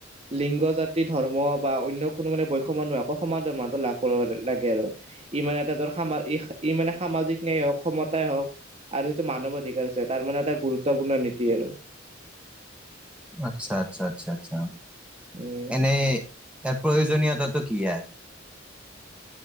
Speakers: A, on the right; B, in the centre.
A: লিংগ, জাতি, ধৰ্ম বা অন্য কোনো মানে বৈষময় সমান দৰমহা লাভ কৰিব লাগে আৰু ই মানে এটা ধৰ ই সামা ই মানে সামাজিক নিয়াই হওক ক্ষমতাই হওক আৰু সেইটো মানৱ অধিকাৰ আছে, তাৰ মানে এটা গুৰুত্বপূৰ্ণ নীতি আৰু।
B: আচ্ছা -আচ্ছা -আচ্ছা -আচ্ছা
A: উম
B: এনে ইয়া প্ৰয়োজনীয়তাটো কি ইয়াৰ?